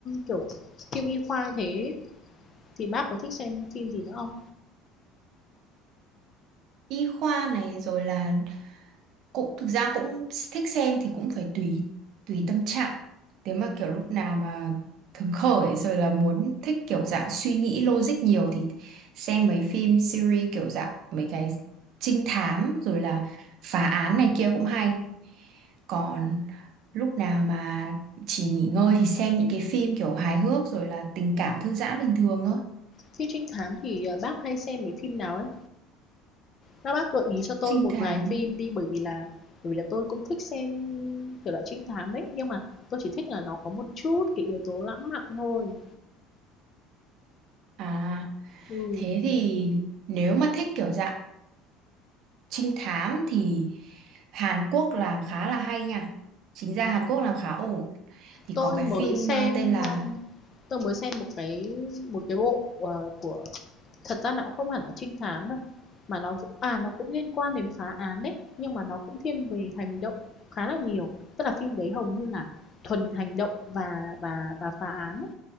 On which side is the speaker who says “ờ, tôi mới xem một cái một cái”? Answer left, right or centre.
Left